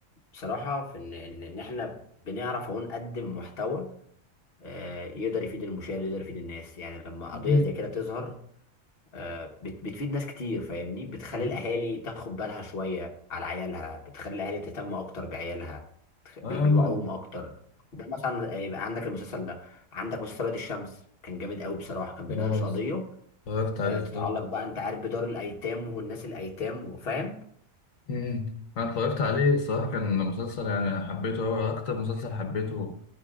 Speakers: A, on the left (about 50°); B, on the left (about 75°).
A: بصراحة في إن إن إن إحنا بنعرف أهو نقدم محتوى آه، يقدر يفيد المشاهد ويقدر يفيد الناس يعني لما
B: مم.
A: قضية زي كده تظهر آه، بت- بتفيد ناس كتير فاهمني بتخلي
B: آه.
A: الأهالي تاخد بالها شوية على عيالها بتخلي الأهالي تهتم أكتر بعيالها بتخ- بي-
B: اه يا
A: بيوعوهم
B: عم انت-
A: أكتر ده مثلا آه، يبقى عندك المسلسل ده عندك مسلسل وادي الشمس كان جامد قوي بصراحة كان بيناقش
B: اه،
A: قضية
B: اتفرجت
A: آه،
B: عليه
A: تتعلق
B: صح
A: بقى أنت عارف بدار الأيتام والناس الأيتام وفاهم
B: مم. انا اتفرجت عليه
A: فاهم.
B: الصراحه كان مسلسل يعني حبيته أوي، اكتر مسلسل حبيته